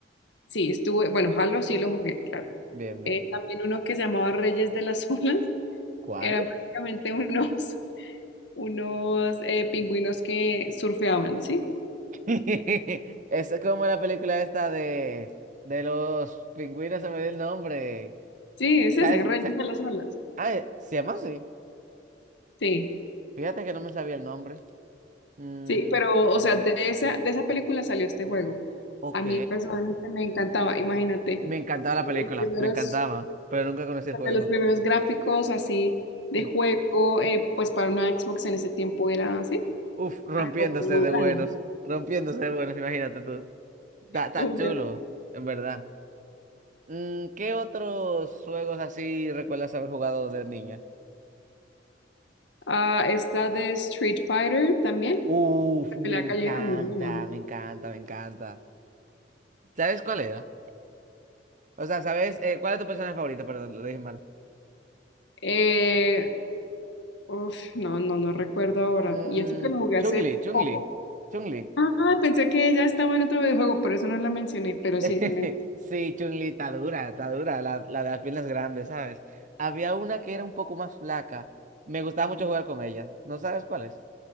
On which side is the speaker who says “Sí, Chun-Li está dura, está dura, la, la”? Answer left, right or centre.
Right